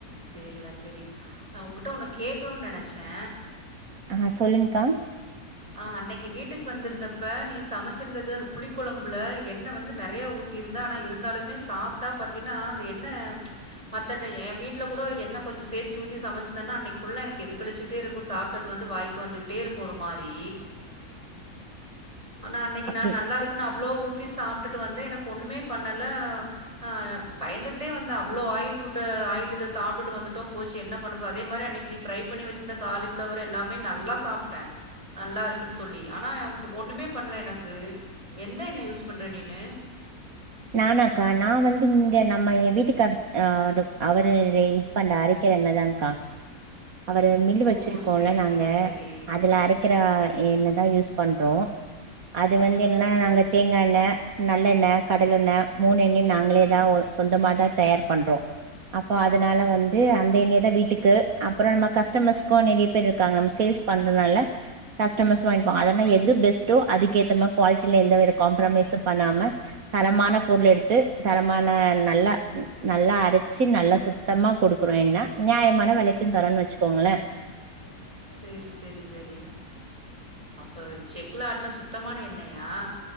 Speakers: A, on the right; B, on the right.
A: சேரிடா சேரிநா உங்கிட்ட ஒன்னு கேக்கணும்னு நனச்சே
B: ஆ சொல்லுங்க்கா
A: ஆ அன்னைக்கு வீட்டுக்கு வந்திருந்தப்ப நீ சமைச்சிருந்தது அந்த புளி குழம்புல எண்ண வந்து நறையா ஊத்திருந்தா ஆனா இருந்தாலுமே சாப்ட்டா பாத்தீன்னா அந்த எண்ன மத்தத எ வீட்டுல கூடோ என்ன கொஞ்சோ சேர்த்தி ஊத்தி சமச்சிருந்தேன்னா அன்னைக்கு ஃபுல்லா எனக்கு எதுகழிச்சுட்டே இருக்கு சாப்ட்டது வந்து வாய்கு வந்துகிட்டே இருக்கு ஒரு மார் ரி ஆனா அன்னைக்கு
B: அப்டி
A: நா நல்லா இருக்குனு அவ்ளோ ஊத்தி சாப் ப்ட்டுட்டு வந்து எனக்கு ஒண்ணுமே பண்ணல ஆ பயந்துகிட்டே வந்தே அவ்ளோ ஆயில் ஃபுட்டு ஆயில் இத சாப்ட்டுட்டு வந்துட்டோ போச்சு என்ன பண்ணப்போ அதே மாரி அன்னைக்கு நீ ஃப்ரை பண்ணி வச்சிருந்த காலிஃபிளவர் எல்லாமே நல்லா சாப்ட்டே நல்லா இருக்குன்னு சொல்லி ஆனா ஒன்னுமே பண்ணல எனக்கு எந்த எண்ண யூஸ் பண்ற நீனு
B: நானாக்கா நா வந்து இங்க நம்ம எ வீட்டுக்கார அ அவரு இது பண்ற அரக்கிற என்னதாங்க்கா அவரு மில்
A: ஓ!
B: வச்சிருக்கோல
A: சரி,
B: நாங்க
A: சரி, சரி.
B: அதில அரைக்கிற
A: சரி, சரி.
B: என்ன தா யூஸ் பண்றோ அது
A: ம்,
B: வந்து என்ன
A: ம்.
B: நாங்க தேங்கா எண்ண நல்லன்ன கடலென்ன மூணு எண்ணயு நாங்களே தா சொந்தமாதா தயார் பண்றோ அப்போ அதனால வந்து அந்த எண்ணய த வீட்டுக்கு அப்றோ நம்ம கஸ்டமர்ஸ்க நறைய பேர் இருக்காங்க நம்ம சேல்ஸ் பண்றனால கஸ்டமர்ஸ் வாங்கிப்ப அதனா எது பெஸ்ட்டோ அதுக்கேத்த மாரி குவாலிட்டில எந்த வே காம்ப்ரமைசு பண்ணாம தரமான பொருள் எடுத்து தரமான நல்லா நல்லா அரைச்சு நல்லா சுத்தமா கொடுக்குறோன்னா நியாயமான விலைக்கும்ன்னு தரோன்னு வச்சுக்கோங்களே
A: சேரி சேரி சேரி அப்ப செக்ல ஆட்னா சுத்தமான எண்ண யா